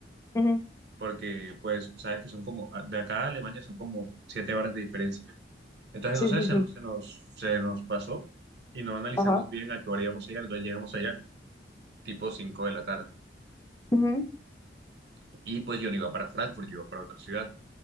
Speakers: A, on the left (about 15°); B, on the right (about 60°).
A: ujú,
B: porque pues sabes que son como, de acá a Alemania son como siete horas de diferencia. Entonces,
A: sí,
B: no sé,
A: sí,
B: se,
A: sí,
B: nos, se nos se nos pasó y no analizamos
A: ajá,
B: bien a qué hora íbamos a llegar, entonces llegamos allá tipo cinco de la tarde.
A: ujú,
B: Y pues yo no iba para Frankfurt, yo iba para otra ciudad.